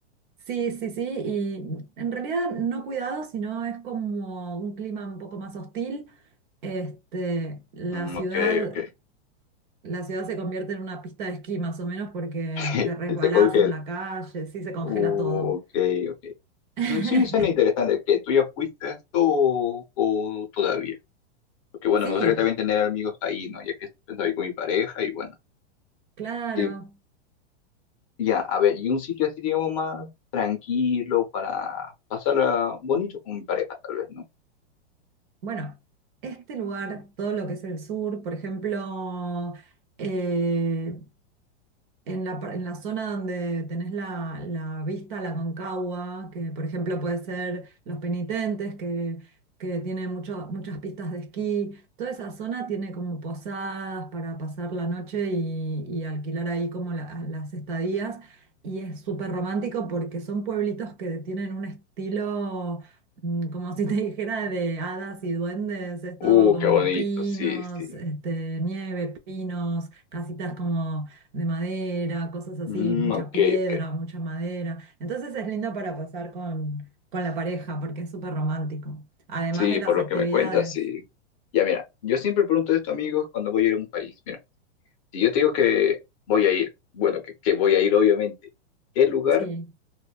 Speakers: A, on the right; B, on the left.
A: sí, sí, sí, y en realidad no cuidado, sino es como un clima un poco más hostil. Este, la
B: Mm,
A: ciudad,
B: ok, ok.
A: la ciudad se convierte en una pista de esquí más o menos porque
B: <laughs>
A: te resbalás
B: Se congela.
A: en la calle, sí, se congela
B: Ok,
A: todo.
B: ok.
A: <laughs>
B: Mm, Sí, suena interesante. ¿Que tú ya fuiste a esto o, o todavía? Porque bueno,
A: Sí,
B: me gustaría también tener amigos ahí, ¿no? Ya que estoy con mi pareja y bueno.
A: claro.
B: Sí, ya, a ver,
A: Eh,
B: y un sitio así, digamos, más tranquilo para pasarla bonito con mi pareja, tal vez, ¿no?
A: Bueno, este lugar, todo lo que es el sur, por ejemplo, eh, en la, par- en la zona donde tenés la, la vista, la Concagua, que por ejemplo puede ser Los Penitentes, que, que tiene mucho- muchas pistas de esquí, toda esa zona tiene como posadas para pasar la noche y, y alquilar ahí como la- las estadías. Y es súper romántico porque son pueblitos que tienen un estilo mm, como si te <laughs> dijera de hadas y duendes, es todo
B: Uh,
A: como
B: qué bonito,
A: pinos,
B: sí, sí.
A: este, nieve, pinos, casitas como de madera, cosas así,
B: Mm,
A: mucha
B: ok,
A: piedra,
B: ok.
A: mucha madera. Entonces es lindo para pasar con, con la pareja porque es súper romántico, además
B: Sí,
A: de
B: por
A: las
B: lo
A: actividades.
B: que me cuentas, sí. Ya mira, yo siempre pregunto esto, amigos, cuando voy a ir a un país. Mira, si yo te digo que voy a ir, bueno, que, que voy a ir, obviamente, ¿qué lugar
A: Sí.